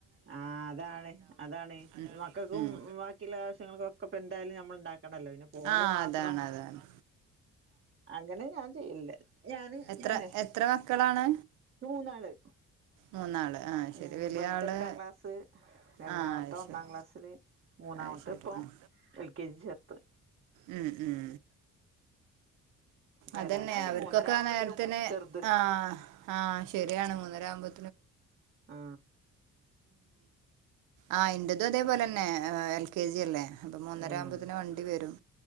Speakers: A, on the right; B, on the right.
A: ആ അതാണ് അതാണ്
B: ഉം
A: മക്കക്കും
B: ഉം
A: ബാക്കിയുള്ള ആവശ്യങ്ങൾക്കൊക്കെ എന്തായാലും നമ്മള് ഇണ്ടാക്കണല്ലോ പിന്നെ ഓലെ
B: ആഹ്
A: മാത്രം
B: അതാണ് അതാണ്
A: അങ്ങനെ ഞാൻ ചെയ്യില്ല ഞാന് ഇങ്ങതന്നെ
B: എത്ര എത്ര മക്കളാണ്
A: മൂന്നാള്
B: മൂന്നാള് ആഹ്
A: ഉം
B: ശരി വലിയ
A: വൽത്
B: ആള്
A: എട്ടാം ക്ലാസ് രണ്ടാമത്തോൻ
B: ആഹ് അത്
A: ഒന്നാക്ലാസ്സില്
B: ശരി
A: മൂന്നാമത്തെ
B: അത് ശരി
A: ഇപ്പൊ
B: ഉം
A: എൽ കെ ജി ചേർത്ത്
B: ഉം ഉം
A: വരാനായി
B: അതന്നെ അവർക്കൊക്കെ
A: മൂന്നര ആവുമ്പോ
B: നേരത്തിന്
A: വരും ചെറുത്
B: ആ ആ ശരിയാണ് മൂന്നര ആവുമ്പോ
A: ആ
B: ആ ന്റെതും ഇതേപോലെന്നെ എൽ കെ ജി അല്ലേ അപ്പൊ മൂന്നര
A: ഉം
B: ആവുമ്പോത്തിന് വണ്ടി വരും